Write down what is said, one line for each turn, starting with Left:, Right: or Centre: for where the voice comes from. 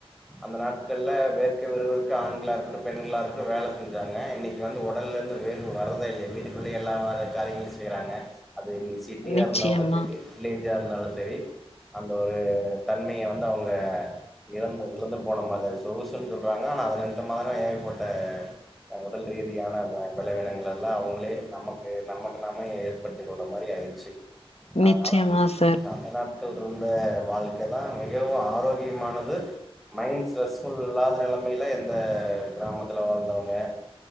Centre: அந்த நாட்கள்ல வேர்க விறுவிறுக்க ஆண்களா இருக்கட்டு பெண்களா இருக்கட்டு வேல செஞ்சாங்க இன்னிக்கு வந்து ஒடல்ல இருந்து வேர்வ வர்றதே இல்ல வீட்டுக்குள்ளயே எல்லா வ காரியங்களையு செய்றாங்க அது இன்னிக்கு சிட்டியா
Left: நிச்சயமா
Centre: இருந்தாலு சரி வில்லேஜா இருந்தாலு சரி அந்த ஒரு தன்மைய வந்து அவங்க இழந்து இழந்து போன மாதிரி சொகுசுன்னு சொல்றாங்க ஆனா அது நிமித்தமான ஏர்பட்ட உடல் ரீதியான விளைவினங்களெல்லா அவங்களே நமக்கு நமக்கு நாமே ஏற்படுத்திக் கொள்ற மாரி ஆயிடுச்சி அதனால
Left: நிச்சயமா
Centre: <unintelligible>
Left: சார்
Centre: <unintelligible> இருந்த வாழ்க்க தா மிகவு ஆரோக்கியமானது மைண்ட் ஸ்ரெஸ் ஃபுல் இல்லாத நெலமைல எந்த கிராமத்துல வாழ்ந்தவங்க